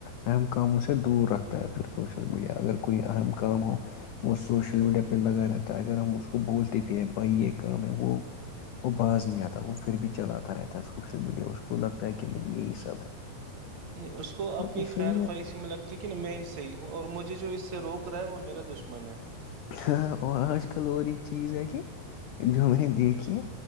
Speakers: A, on the left; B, on the right.
A: اہم کاموں سے دور رکھتا ہے پھر سوشل میڈیا اگر کوئی اہم کام ہو وہ سوشل میڈیا پہ لگا رہتا ہے اگر ہم اس کو اس کو بولتے بھی ہیں بھائی یہ کام ہے وہ وہ باز نہیں آتا وہ پھر بھی چلاتا رہتا ہے سوشل میڈیا اس کو لگتا ہے کہ نہیں یہی سب ہے
B: نہیں اس کو اپنی
A: تو اسی
B: خیر
A: لیے
B: خواہشی میں لگتی ہے کہ میں ہی صحی ہوں اور مجھے جو اس سے روک رہا ہے وہ میرا دشمن ہے
A: ہ آج کل اور ایک چیز ہے کہ جو میں نے دیکھی ہے